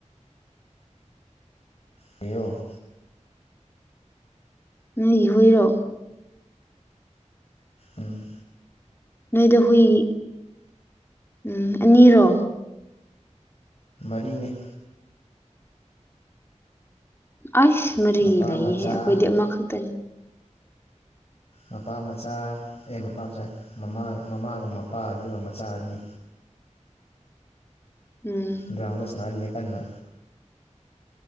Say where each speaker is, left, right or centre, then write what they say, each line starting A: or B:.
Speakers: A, on the left; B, on the left.
A: ꯀꯩꯅꯣ
B: ꯅꯣꯏꯒꯤ ꯍꯨꯏꯔꯣ
A: ꯎꯝ
B: ꯅꯣꯏꯗ ꯍꯨꯏ ꯎꯝ ꯑꯅꯤꯔꯣ
A: ꯃꯔꯤꯅꯦ
B: ꯑꯩꯁ ꯃꯔꯤ
A: ꯃꯄꯥ
B: ꯂꯩꯍꯦ
A: ꯃꯆꯥ
B: ꯑꯩꯈꯣꯏꯗꯤ ꯑꯃꯈꯛꯇꯅꯤ
A: ꯃꯄꯥ ꯃꯆꯥ ꯑꯦ ꯃꯄꯥ ꯃꯆꯥ ꯃꯃꯥ ꯃꯃꯥꯒꯨꯝ ꯃꯄꯥ ꯑꯗꯨꯒ ꯃꯆꯥ ꯑꯅꯤ
B: <inaudible> ꯎꯝ
A: ꯒ꯭ꯔꯥꯎꯟꯗ ꯁꯅꯥꯔꯤꯌꯦ ꯀꯟꯅ